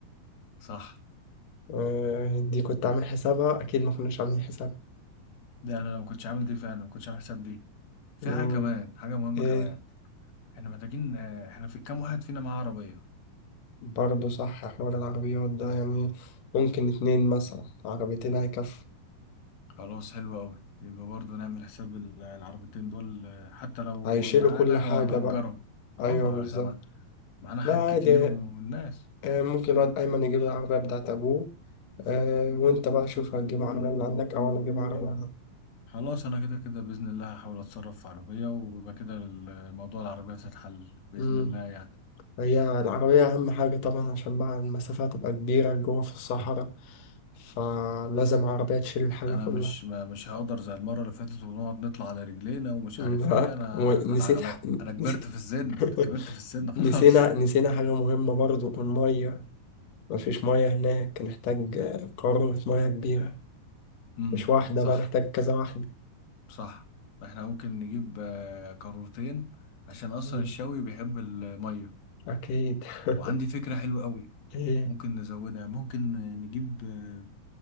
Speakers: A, on the left; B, on the left.
A: صح
B: آه، دي كنت عامل حسابها اكيد ما كناش عاملين حسابها
A: ده انا ما كنتش عامل دي فعلا ما كنتش عامل حساب دي في
B: مم.
A: حاجة كمان حاجة مهمة
B: آه،
A: كمان احنا محتاجين آه، احنا في كام واحد فينا معاه عربية
B: برضه صح حوار العربيات ده يعني ممكن اتنين مثلا عربيتين هيكفوا
A: خلاص حلو قوي يبقى برضه نعمل حساب ال- العربيتين دول آه، حتى لو
B: هيشيلوا
A: معانا
B: كل حاجة
A: او هنأجرهم
B: بقى
A: اه
B: أيوه
A: ما
B: بالظبط
A: هو احنا مع... معانا حاجات
B: لا عادي
A: كتير وم- والناس
B: آه، ممكن الواد أيمن يجيب العربية بتاعت أبوه آه، وأنت بقى شوف هتجيب عربية من عندك أو أنا أجيب عربية من عندي.
A: خلاص انا كده كده بإذن الله هحاول اتصرف في عربية ويبقى كده الموضوع العربية هتتحل بإذن
B: أمم،
A: الله يعني
B: هي العربية أهم حاجة طبعا عشان بقى المسافة تبقى كبيرة جوه في الصحراء فلازم عربية تشيل الحاجة
A: انا
B: كلها
A: مش ما مش هقدر زي المرة اللي فاتت ونقعد نطلع على رجلينا ومش
B: أمم،
A: عارف
B: لا
A: ايه انا
B: ونسيت
A: انا انا
B: ح...
A: انا كبرت
B: نسيت
A: في السن
B: <laughs>
A: كبرت في السن خلاص
B: نسينا نسينا حاجة مهمة برضه المية مفيش مية هناك نحتاج آه، قارورة مية كبيرة
A: <laughs> امم
B: مش واحدة
A: صح
B: بقى نحتاج كذا واحدة
A: صح احنا ممكن نجيب آه، قارورتين عشان اصلا
B: مم.
A: الشوي بيحب الميه
B: أكيد <laughs>
A: وعندي فكرة حلوة قوي
B: إيه
A: ممكن نزودها ممكن نجيب آه،